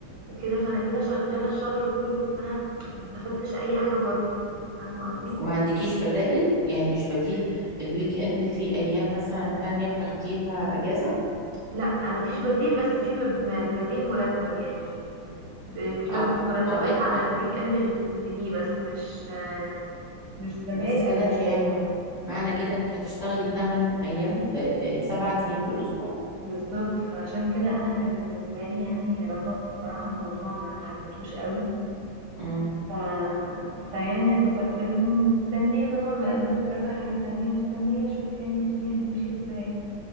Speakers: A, on the right; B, on the left.
A: وكده فأنا كده شغالة الشهر كله فأنا ما استفدتش أي حاجة برضو يعني فاهمة قصدي؟
B: وما عندكيش بدائل يعني مش بديل الويك اند في ايام مثلا تانية بتاخديها اجازه
A: لا آه، مفيش بديل بس في مب- م- بديل مرتب يعني ب- بتاخدي
B: اه
A: مرتبات
B: اه إك-
A: على
B: ايوه
A: الويك إند اللي بتنزليه بس مش آه، مش بدائل
B: بس كده
A: أجازات
B: انت يعني معنى كده انك هتشتغلي 8 ايام آه، آه، سبعة ايام في الاسبوع
A: بالظبط فعشان كده انا كان بالنسبه لي يعني رفضت بصراحه الموضوع ما حبيتهوش قوي
B: مم.
A: ف... فيعني اعتذرت لهم ومستنيه طبعا بقدم في كذا حاجه تانية مستنيه اشوف يعني الدنيا هتمشي ازاي